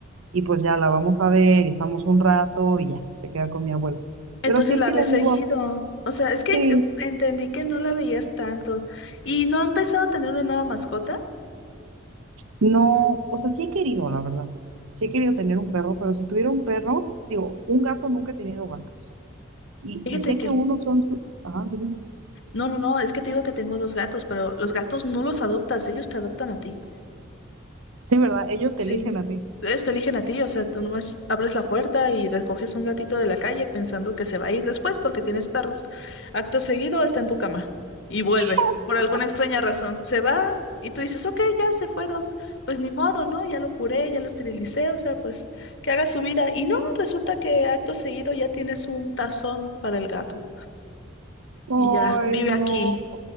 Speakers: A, on the right; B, on the left.
A: y pues ya la vamos a ver y estamos un rato y ya, se queda con mi abuelo.
B: Entonces
A: Pero sí,
B: la
A: sí
B: ves
A: la llevo
B: seguido.
A: a-
B: O sea, es que
A: Sí,
B: eh, entendí que no la veías tanto. ¿Y no ha empezado a tener una nueva mascota?
A: no, o sea, sí he querido, la verdad. Sí he querido tener un perro, pero si tuviera un perro, digo, un gato nunca he tenido gatos. Y,
B: Fíjate
A: y sé
B: que
A: que unos son su... Ajá, dime.
B: No, no, no, es que te digo que tengo dos gatos, pero los gatos no los adoptas, ellos te adoptan a ti.
A: Sí, ¿verdad? Ellos te
B: Sí.
A: eligen a ti.
B: Ellos te eligen a ti, o sea, tú nomás abres la puerta y recoges un gatito de la calle pensando que se va a ir después porque tienes perros. Acto seguido está en tu cama y
A: <laughs>
B: vuelve, por alguna extraña razón. Se va y tú dices, ok, ya se fueron. Pues ni modo, ¿no? Ya lo curé, ya lo esterilicé, o sea, pues que haga su vida. Y no, resulta que acto seguido ya tienes un tazón para el gato
A: Ay,
B: y ya vive
A: no,
B: aquí.